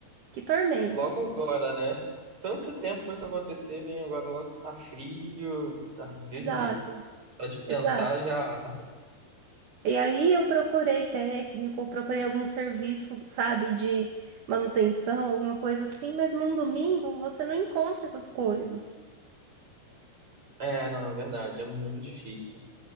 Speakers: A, on the right (about 55°); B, on the right (about 30°).
A: que tormento.
B: logo agora, né? Tanto tempo pra isso acontecer, vem agora logo que tá frio. Ai, Deus
A: Exato,
B: me livre. Só de pensar
A: exato.
B: já.
A: E aí eu procurei técnico, procurei algum serviço, sabe, de manutenção, alguma coisa assim, mas num domingo você não encontra essas coisas.
B: É, não, é verdade, é muito difícil.